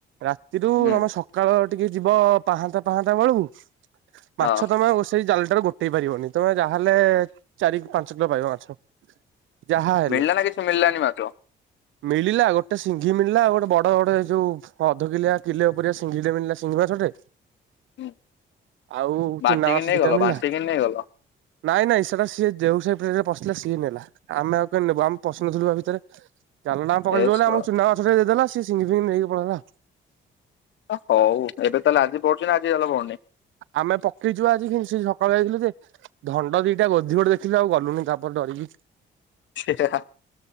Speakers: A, on the right; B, on the left.
A: ରାତିରୁ
B: ହୁଁ
A: ଆମ ସକାଳ ଟିକେ ଯିବ ପାହାନ୍ତା ପାହାନ୍ତା ବେଳକୁ
B: ହଁ
A: ମାଛ ତମେ ସେଇ ଜାଲଟାରୁ ଗୋଟେଇ ପାରିବନି ତମେ ଯାହାହେଲେ ଚାରି ପାଞ୍ଚ କିଲୋ ପାଇବ ମାଛ। ଯାହା ହେଲେ।
B: ମିଳିଲା ନା କିଛି ମିଳିଲାନି ମାଛ
A: ମିଳିଲା ଗୋଟେ ସିଂଘି ମିଳିଲା ଆଉ ଗୋଟେ ବଡ ବଡ ଯୋଉ ଅଧକିଲିଆ କିଲେ ଉପୁରିଆ ସିଂଘିଟେ ମିଳିଲା ସିଂଘି ମାଛଟେ
B: ହୁଁ
A: ଆଉ
B: ବାଣ୍ଟିକି
A: ଚୁନା ମାଛ
B: ନେଇଗଲ
A: ଦିଟା ମିଳିଲା।
B: ବାଣ୍ଟିକି ନେଇଗଲ
A: ନାଇଁ ନାଇଁ ସେଇଟା ସିଏ ଦେହୁସାହି ପିଲା ପଶିଲା ସିଏ ନେଲା ଆମେ ଆଉ କେଇ ନେବୁ ଆମେ ପଶୁନଥିଲୁ ବା ଭିତରେ। ଜଲ ଟା ଆମେ ପକେଇଥିଲୁ
B: ଏ
A: ବୋଲି
B: ଶଳା
A: ଆମକୁ ଚୁନା ମାଛ ଦେଇଦେଲା ସିଏ ସିଙ୍ଗି ଫିଙ୍ଗି ନେଇକି ପଳେଇଲା।
B: ଆ ହଉ ଏବେ ତାହେଲେ ଆଜି ପଢୁଚିନା ଆଜି ତାହେଲେ ପଡୁନି?
A: ଆମେ ପକେଇଛୁ ଆଜି ସେ ସକାଳୁ ଯାଇଥିଲୁ ଯେ- ଧଣ୍ଡ ଦିଟା ଗୋଧି ଗୋଟେ ଦେଖିଲି ଆଉ ଗଲୁନି ତାପରେ ଡରିକି।
B: ସେଟ- <unintelligible>